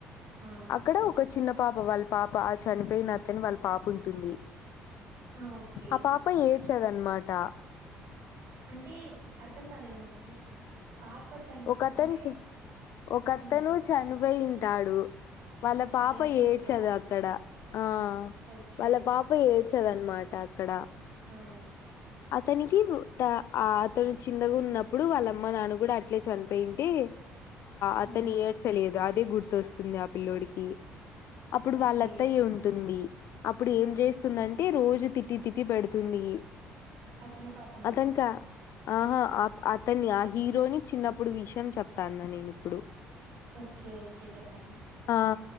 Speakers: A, on the right; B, on the left.
A: ఆ
B: అక్కడ ఒక చిన్న. పాపం, వాళ్ల పాప చనిపోయినట్. అతన్ వాళ్ల పాప ఉంటుంది.
A: ఆ ఓకే
B: ఆ పాప ఏడ్చదన్నమాట.
A: అంటే, అర్థం కాలేదు నాకి. పాప చన్
B: ఓ కథన్
A: అంటే
B: చ్, ఓ కథను
A: ఆ
B: చను. వేయింటాడు. వాళ్ల పాప
A: వాళ్ళ కూతురా
B: ఏడ్చదు అక్కడ. ఆ,
A: ఓకే
B: వాళ్ల పాప ఏడ్చదు అన్నమాట అక్కడ.
A: ఉమ్మ్.
B: అతనికి త ఆ అతను చిన్నగా ఉన్నప్పుడు వాళ్ళమ్మ నాన్న కూడా అ ఇట్లే చనిపోయుంటే, అతను
A: హ్మ్
B: ఏడ్చలేదు. అదే గుర్తొస్తుంది. ఆ పిల్లోడికి అప్పుడు
A: ఓకే
B: వాళ్ల అత్తయ్య ఉంటుంది. అప్పుడు ఏం చేస్తుందంటే, రోజు తిట్టి తిట్టి పెడుతుంది.
A: ఆ చిన్న పాపనా?
B: అతనికి ఆహా! అప్ అతన్ని, ఆ హీరోని చిన్నప్పుడు విషయం చెప్తా అన్న నేను ఇప్పుడు.
A: ఓకే ఓకే చెప్పండి
B: ఆ,